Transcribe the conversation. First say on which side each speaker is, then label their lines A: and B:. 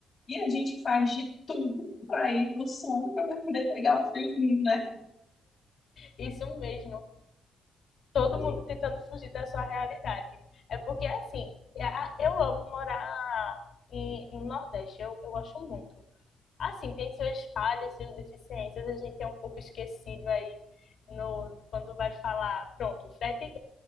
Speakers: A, on the left; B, on the left.
A: E a gente faz de tudo para ir pro Sul, para poder pegar um friozinho, né?
B: Isso mesmo. todo
A: Eu
B: mundo
A: fico-
B: tentando fugir da sua realidade. É porque, assim, eu amo morar em, no Nordeste, eu, eu acho muito. Assim, tem suas falhas, suas deficiências, a gente é um pouco esquecido aí no, quando vai falar, pronto, frete,